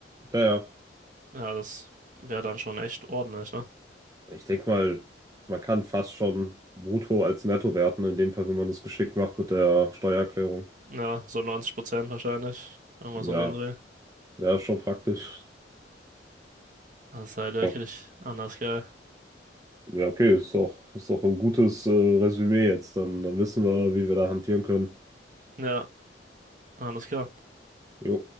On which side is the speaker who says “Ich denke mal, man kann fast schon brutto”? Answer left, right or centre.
Right